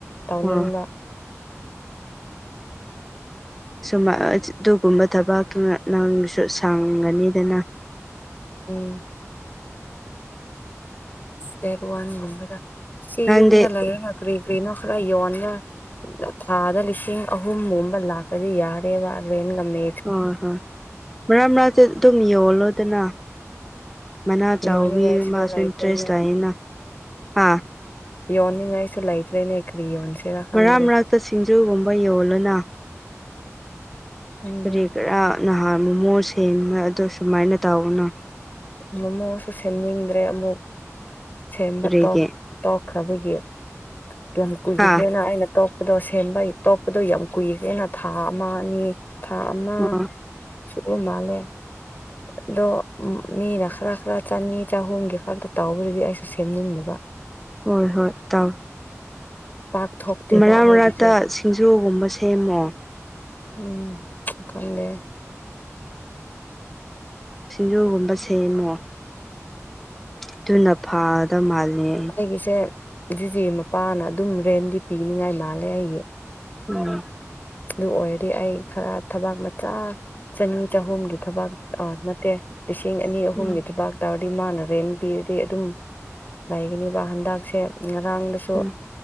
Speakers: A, on the left (about 35°); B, in the centre.
A: ꯇꯧꯅꯤꯡꯕ
B: ꯍꯣꯏ ꯁꯨꯝꯃ ꯑꯁ ꯑꯗꯨꯒꯨꯝꯕ ꯊꯕꯛꯇꯨꯅ ꯅꯪꯁꯨ ꯁꯥꯡꯒꯅꯤꯗꯅ
A: ꯎꯝ ꯗꯦꯠ ꯋꯥꯟꯒꯨꯝꯕꯗ ꯁꯤ
B: ꯅꯪꯗꯤ
A: ꯌꯨꯝꯗ ꯂꯩꯔꯒ ꯀꯔꯤ ꯀꯔꯤꯅꯣ ꯈꯔ ꯌꯣꯟꯕ ꯊꯥꯗ ꯂꯤꯁꯤꯡ ꯑꯍꯨꯝꯒꯨꯝꯕ ꯂꯥꯛꯑꯗꯤ ꯌꯥꯔꯦꯕ ꯔꯦꯟ ꯉꯝꯃꯦ
B: ꯍꯣꯏ ꯍꯣꯏ ꯃꯔꯛ ꯃꯔꯛꯇ ꯑꯗꯨꯝ ꯌꯣꯜꯂꯣꯗꯅ ꯃꯅꯥ ꯆꯥꯎꯕꯤ
A: ꯌꯣꯟꯅꯤꯡꯉꯥꯏꯁꯨ
B: ꯃꯥꯁꯨ
A: ꯂꯩꯇ꯭ꯔꯦꯅ
B: ꯏꯟꯇꯔꯦꯁ ꯂꯩꯌꯦꯅ ꯍꯥꯥ
A: ꯌꯣꯟꯅꯤꯉꯥꯢꯁꯨ ꯂꯩꯇ꯭ꯔꯦꯅꯦ ꯀ꯭ꯔꯤ ꯌꯣꯟꯁꯤꯔ ꯈꯪꯗ꯭ꯔꯦ
B: ꯃꯔꯛ ꯃꯔꯛꯇ ꯁꯤꯡꯖꯨꯒꯨꯝꯕ ꯌꯣꯜꯂꯣꯅ
A: ꯈꯪꯗ꯭ꯔꯦ
B: ꯀꯔꯤ ꯀꯔꯥ ꯅꯍꯥꯟ ꯃꯣꯃꯣ ꯁꯦꯝꯃꯦ ꯑꯗꯣ ꯁꯨꯃꯥꯏꯅ ꯇꯧꯒꯅꯣ
A: ꯃꯣꯃꯣꯁꯨ ꯁꯦꯝꯅꯤꯡꯗ꯭ꯔꯦ ꯑꯃꯨꯛ ꯁꯦꯝꯕ
B: ꯀꯔꯤꯒꯤ
A: ꯇꯣꯛ ꯇꯧꯈ꯭ꯔꯕꯒꯤ ꯀꯌꯥꯝ ꯀꯨꯏꯈ꯭ꯔꯦꯅ
B: ꯍꯥ
A: ꯑꯩꯅ ꯇꯣꯛ ꯑꯗꯣ ꯁꯦꯝꯕ ꯇꯣꯛꯄꯗꯣ ꯌꯥꯝ ꯀꯨꯏꯈ꯭ꯔꯦꯅ ꯊꯥ ꯑꯃ ꯑꯅꯤ ꯊꯥ ꯑꯃ
B: ꯑꯣ
A: ꯁꯨ <unintelligible> ꯃꯥꯜꯂꯦ ꯑꯗꯣ ꯃꯤꯅ ꯈꯔ ꯈꯔ ꯆꯅꯤ ꯆꯍꯨꯝꯒꯤ ꯈꯛꯇ ꯇꯧꯕꯗꯨꯗꯤ ꯑꯩꯁꯨ ꯁꯦꯝꯅꯤꯡꯗꯕ
B: ꯍꯣꯏ ꯍꯣꯏ ꯇꯥꯎ
A: ꯄꯥꯛ ꯊꯣꯛꯇꯦꯕ
B: ꯃꯔꯛ
A: ꯑꯈꯣꯏꯒꯤꯁꯨ
B: ꯃꯔꯛꯇ ꯁꯤꯡꯖꯨꯒꯨꯝꯕ ꯁꯦꯝꯃꯣ
A: ꯎꯝ ꯈꯪꯗꯦ
B: ꯁꯤꯡꯖꯨꯒꯨꯝꯕ ꯁꯦꯝꯃꯣ ꯑꯗꯨꯨꯅ ꯐꯥꯗ ꯃꯥꯜꯂꯤ
A: ꯑꯩꯒꯤꯁꯦ ꯖꯤꯖꯤ ꯃꯄꯥꯅ ꯑꯗꯨꯝ ꯔꯦꯟꯗꯤ ꯄꯤꯅꯤꯉꯥꯏ ꯃꯥꯜꯂꯦ ꯑꯩꯒꯤ
B: ꯎꯝ
A: ꯑꯗꯨ ꯑꯣꯏꯔꯗꯤ ꯑꯩ ꯈꯔ ꯊꯕꯛ ꯃꯆꯥ ꯆꯅꯤ ꯆꯍꯨꯝꯒꯤ ꯊꯕꯛ ꯑꯥ ꯅꯠ ꯇꯦ ꯂꯤꯁꯤꯡ ꯑꯅꯤ ꯑꯍꯨꯝꯒꯤ
B: ꯎꯝ
A: ꯊꯕꯛ ꯇꯧꯔꯗꯤ ꯃꯥꯅ ꯔꯦꯟ ꯄꯤꯔꯗꯤ ꯑꯗꯨꯝ ꯂꯩꯒꯅꯤꯕ ꯍꯟꯗꯛꯁꯦ ꯉꯔꯥꯡꯗꯁꯨ
B: ꯎꯝ
A: ꯁꯨ